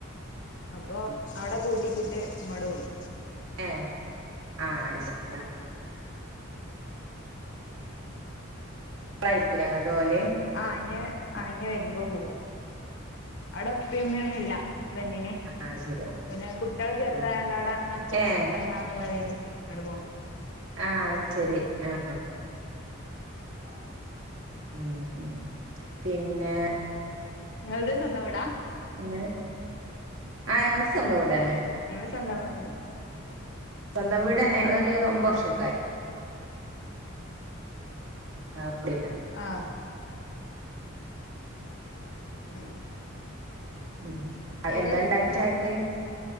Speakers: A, on the left (about 60°); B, on the right (about 80°).
A: അപ്പൊ അവടെ പൂട്ടിട്ടിട്ട് ഇങ്ങോട്ട് പോന്നു
B: ഏ ആ അശരി ളായിരിക്കും ലെ അങ്ങോട്ട് പോകല്
A: ആ ഇഞ്ഞ് ഇഞ്ഞ് വരുമ്പോ പോകും അവിടെ ഉപ്പിം ഉമ്യൊന്നുംല്ല ഹസ്ബന്റ്ന്
B: ആഹ് ശരി
A: പിന്നെ കുട്ട്യാള് ചെർതായോണ്ട്
B: ആഹ്
A: അവുടെങ്ങനെ അട്ച്ച്ട്ട്
B: ഏഹ്
A: നില്ക്കണ്ടന്നുള്ളതിൽ അങ്ങട്ട് പോവും
B: ആ ശരി ആ
A: ആ-
B: ഉം ഉം പിന്നെ
A: നിങ്ങൾത് സ്വന്തം വീടാ
B: പിന്നെ ആ ഞങ്ങൾത് സ്വന്തം വീടെന്നെ
A: ങ്ങള് സ്വന്തം വീടാ
B: സ്വന്തം വീട് തന്നെങ്ങള് ര് ഒമ്പൊർഷൊക്കായി ആ <unintelligible>
A: ആ ഉം
B: ഉം
A: ഇവിടെ
B: എന്താണ്ടാക്കി ചായക്ക്